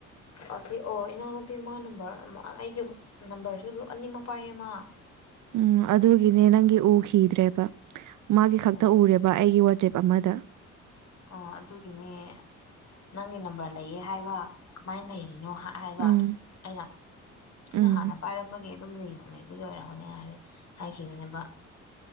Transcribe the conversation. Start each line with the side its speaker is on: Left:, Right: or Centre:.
Left: ꯑꯁꯤ ꯑꯣ ꯏꯅꯥꯎꯅꯨꯄꯤ ꯃꯥ ꯅꯝꯕꯔ ꯑꯩꯒꯤ ꯅꯝꯕꯔꯁꯨ ꯂ ꯑꯅꯤꯃ ꯄꯥꯏꯌꯦꯃ
Right: ꯎꯝ ꯑꯗꯨꯒꯤꯅꯦ ꯅꯪꯒꯤ ꯎꯈꯤꯗ꯭ꯔꯦꯕ ꯃꯥꯒꯤ
Left: ꯎꯝ
Right: ꯈꯛꯇ ꯎꯔꯦꯕ ꯑꯩꯒꯤ ꯁ꯭ꯇꯦꯞ ꯑꯃꯗ
Left: ꯑꯣ ꯑꯗꯨꯒꯤꯅꯦ ꯅꯪꯒꯤ ꯅꯝꯕꯔ ꯂꯩꯌꯦ ꯍꯥꯏꯕ ꯀꯃꯥꯏꯅ ꯂꯩꯔꯤꯅꯣ ꯍꯥꯏꯕ
Right: ꯎꯝ
Left: ꯑꯩꯅ ꯑꯩꯅ
Right: ꯎꯝ
Left: ꯍꯥꯟꯅ ꯄꯥꯏꯔꯝꯕꯒꯦ ꯑꯗꯨꯝ ꯂꯩꯕꯒꯤ ꯑꯣꯏꯔꯝꯒꯅꯤ ꯍꯥꯏꯕ ꯍꯥꯏꯈꯤꯕꯅꯦꯅꯕ